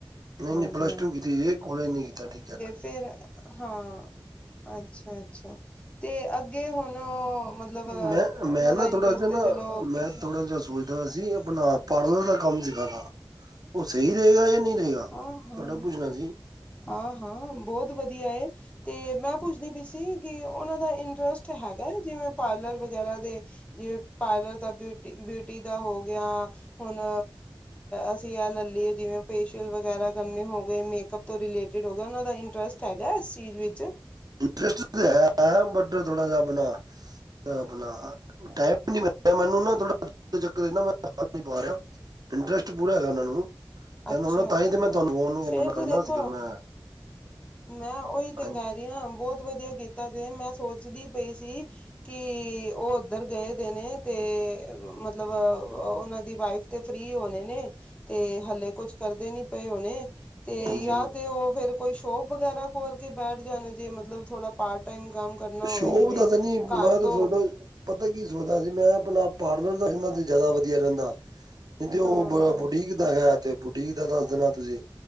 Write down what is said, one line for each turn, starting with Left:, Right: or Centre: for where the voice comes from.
Right: ਨਹੀਂ-ਨਹੀਂ
Left: ਹਾਂਜੀ
Right: ਪਲੱਸ ਟੂ ਕੀਤੀ ਹੋਈ ਏ, ਕੋਲੇਜ ਨਹੀਂ ਕੀਤਾ ਟੀਚਰ
Left: ਫਿਰ ਹਾਂ ਅੱਛਾ-ਅੱਛਾ ਤੇ ਅੱਗੇ ਹੁਣ ਚਲੋ, ਮਤਲਬ
Right: ਓ। ਮੈਂ ਮੈਂ
Left: ਉਹਨਾਂ
Right: ਨਾ
Left: ਦਾ ਇੰਟਰਸਟ
Right: ਥੋੜਾ ਜਿਹਾ
Left: ਤੇ
Right: ਨਾ
Left: ਚਲੋ ਕਿਸ
Right: ਮੈਂ ਥੋੜਾ ਜਿਹਾ ਸੋਚਦਾ ਸੀ ਆਪਣਾ ਪਾਰਲਰ ਦਾ ਕੰਮ ਸਿਖਾਾ ਉਹ ਸਹੀ ਰਹੇਗਾ ਜਾਂ ਨਹੀਂ ਰਹੇਗਾ ਤੁਹਾਡਾ
Left: ਆਹ ਹੋ
Right: ਪੁੱਛਣਾ ਸੀ।
Left: ਹਾਂ-ਹਾਂ ਬਹੁਤ ਵਧੀਆ ਏ ਤੇ ਮੈਂ ਪੁੱਛਦੀ ਪਈ ਸੀ ਸੀਗੀ ਉਹਨਾਂ ਦਾ ਇੰਟਰਸਟ ਹੈਗਾ ਵੇ, ਜਿਵੇਂ ਪਾਰਲਰ ਵਗੈਰਾ ਦੇ ਜਿਵੇਂ ਪਾਰਲਰ ਦਾ ਬਿਊਟੀ ਬਿਊਟੀ ਦਾ ਹੋ ਗਿਆ ਹੁਣ ਅਸੀਂ ਇਹ ਲੈ ਲਈਏ ਜਿਵੇਂ ਫੇਸ਼ ਰ ਵਗੈਰਾ ਕਰਨੇ ਹੋ ਗਏ, ਮੇਕਅਪ ਤੋਂ ਰਿਲੇਟਡ ਹੋ ਗੇਆ। ਓਨਾਂ ਦਾ ਇੰਟਰਸਟ ਹੈਗੈ ਇਸ ਚੀਜ ਵਿੱਚ?
Right: ਇੰਟਰਸਟ ਤੇ ਹੈ ਬਟ ਥੋੜਾ ਜਾ ਅਪਨਾ, ਅਪਨਾ ਟੈਮ ਨੀ ਮਿਲ ਰੇਆ ਮੈਨੂੰ ਨਾ ਥੋੜਾ <unintelligible> ਕਾਰ ਨੀ ਪਾ ਰੇਆ। ਇੰਟਰਸਟ ਪੂਰਾ ਹੈਗੇ ਓਨਾਂ ਨੂੰ
Left: ਅੱਛਾ
Right: ਏਨਾ ਨੂੰ ਨਾ,
Left: ਅੱਛਾ
Right: ਤਾਂਈ ਮੈਂ ਤੂਆਨੂੰ ਫੋਨ ਨੂ ਓ
Left: ਫੇਰ ਤੇ
Right: ਕਰਨਾ
Left: ਦੇਖੋ
Right: ਸੀ ਫੇਰ ਮੈਂ।
Left: ਮੈਂ ਓਈ ਤੇ
Right: ਹਾਂਜੀ
Left: ਕੈ ਰੀ ਆਂ ਬੋਹਤ ਵਦੀਆ ਕੀਤਾ ਤੁਹੀ, ਮੈਂ ਸੋਚਦੀ ਪਈ ਸੀ ਕੀ ਓ ਓਦੱਰ ਗਏ ਦੇ ਨੇ, ਤੇ ਮਤਲਬ ਓਨਾਂ ਦੀ ਵਾਈਫ ਤੇ ਫ੍ਰੀ ਹੋਨੇ ਨੇ ਤੇ ਹੱਲੇ ਕੁੱਛ ਕਰਦੇ ਨੀ ਪਏ ਹੁਨੇ ਤੇ
Right: ਹਾਂਜੀ
Left: ਯਾ ਤੇ ਓ ਫੇਰ ਕੋਈ ਸ਼ੋਪ ਵਗੈਰਾ ਖੋਲ ਕੇ ਬੈਠ ਜਾਂਦੇ ਮਤਲਬ ਥੋੜਾ ਪਾਰਟ ਟਾਈਮ ਕੰਮ ਕਰਨਾ
Right: ਸ਼ੋਪ
Left: ਹੋਏ ਜਿਵੇਂ
Right: ਦਾ ਤੇ ਨੀ, ਮੈਂ
Left: ਘਰ
Right: ਤਾਂ
Left: ਤੋਂ
Right: ਸੋਚਦਾ, ਪਤਾ ਕੀ ਸੋਚਦਾ ਸੀ ਮੈਂ ਅਪਨਾ ਪਾਰਲਰ ਰਖਨਾ ਤੇ ਜਾਦਾ ਵਦੀਆ ਰੈਂਦਾ ਨੀ ਤੇ ਓ
Left: ਹਾਂ
Right: ਬ ਬੁਟੀਕ, ਦਾ ਹੈਗੇ ਤੇ ਬੁਟੀਕ ਦਾ ਦਾੱਸ ਦੇਨਾ ਤੂਸੀ,